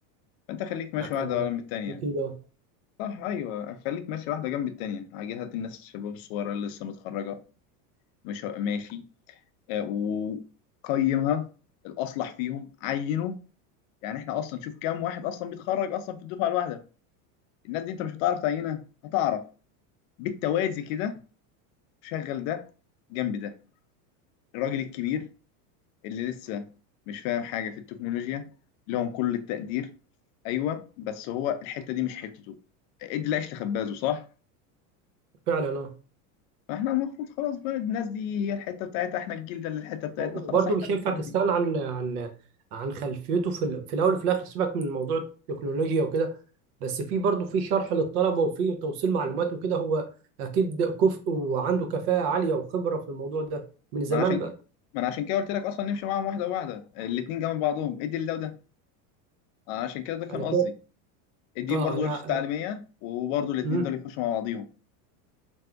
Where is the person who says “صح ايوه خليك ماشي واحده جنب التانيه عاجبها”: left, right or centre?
Left